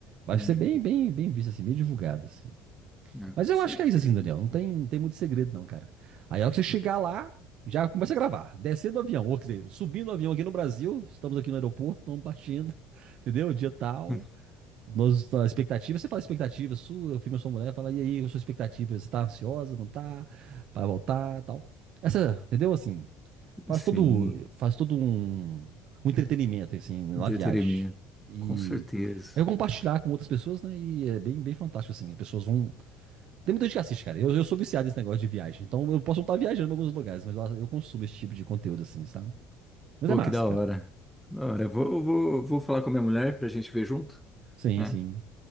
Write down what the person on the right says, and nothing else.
Vai
ser bem, bem, bem visto, assim, bem divulgado, assim.
Mas
eu
acho que é isso assim, Daniel. Não tem, não tem muito segredo, não, cara. Aí, a hora que você chegar lá, já começa a gravar. Descendo do avião, ou quer dizer, subindo do avião aqui no Brasil, estamos aqui no aeroporto, estamos partindo, <laughs> entendeu? Dia tal.
Nós, tá, a expectativa, você fala a expectativa sua, eu filho, sua mulher, fala, e aí, a sua expectativa? Você tá ansiosa, não tá? Vai voltar e tal. Essa, entendeu? Assim, faz
todo, faz todo um, um entretenimento, assim, na
viagem. E
é compartilhar com outras pessoas, né? E é bem, bem fantástico, assim. As Pessoas vão, tem muita gente que assiste, cara. Eu, eu sou viciado nesse negócio de viagem. Então eu posso não estar viajando em alguns lugares, mas eu, eu consumo esse tipo de conteúdo, assim, sabe? Mas
é massa,
cara.
Sim,
sim.